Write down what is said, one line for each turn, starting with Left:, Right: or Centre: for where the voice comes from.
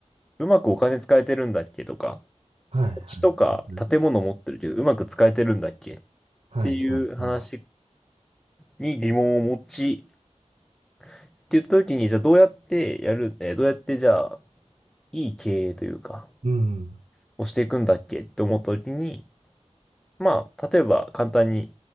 Centre: うまくお金使えてるんだっけとか、
Right: はいはいはい。
Centre: 土地とか建物持ってるけど、うまく使えてるんだっけっ
Right: はい、
Centre: ていう話
Right: はい、はい。
Centre: に疑問を持ち、って言った時に、じゃあどうやってやる、えーどうやってじゃあ、いい経営というか、
Right: うん、
Centre: をしていくんだっけって思った時に、まあ、例えば簡単に